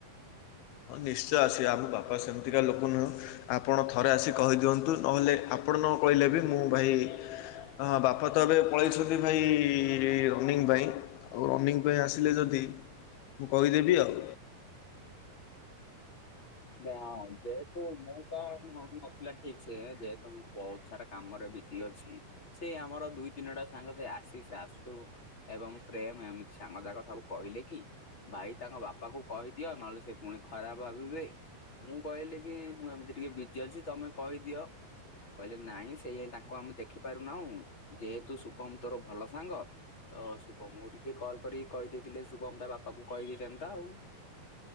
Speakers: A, on the left; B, on the left.
A: ହଁ ନିଶ୍ଚୟ ଆସିବେ ଆମ ବାପା ସେମିତିକା ଲୋକ ନୁହଁ। ଆପଣ ଥରେ ଆସି କହିଦିଅନ୍ତୁ ନହେଲେ ଆପଣ ନ କହିଲେ ବି ମୁଁ ଭାଇ ହଁ ବାପା ତ ଏବେ ପଳେଇଛନ୍ତି ଭାଇ ରନିଙ୍ଗ ପାଇଁ। ଆଉ ରନିଂ ପାଇଁ ଆସିଲେ ଯଦି ମୁଁ କହିଦେବି ଆଉ।
B: ହଁ ଯେହେତୁ ମୁଁ ତ ମନେ ନଥିଲା ଠିକ ସେ ଯେହେତୁ ମୁଁ ବହୁତ ସାରା କାମରେ ବିିଜି ଅଛି ସେ ଆମର ଦୁଇ ତିନିଟା ସାଙ୍ଗ ସେ ଆସିସ ଆସୁ ଏବଂ ପ୍ରେମ ଏମତି ସାଙ୍ଗ ଯାକ ସବୁ କହିଲେ କି ଭାଇ ତାଙ୍କ ବାପା କୁ କହିଦିଅ ନହେଲେ ସେ ପୁଣି ଖରାପ ଭାବିବେ। ମୁଁ କହିଲି କି ମୁଁ ଏମିତି ଟିକେ ବିଜି ଅଛି ତମେ କହିଦିଅ। କହିଲେ ନାଇଁ ସେଇ ତାଙ୍କୁ ଆମେ ଦେଖିପାରୁନାହୁଁ ଯେହେତୁ ଶୁଭମ ତୋର ଭଲ ସାଙ୍ଗ ତ ଶୁଭମ କୁ ଟିକେ କଲ୍ କରି କହିଦେଇଥିଲେ ଶୁଭମ ତା ବାପା କୁ କହିଦେଇଥାନ୍ତା ଆଉ।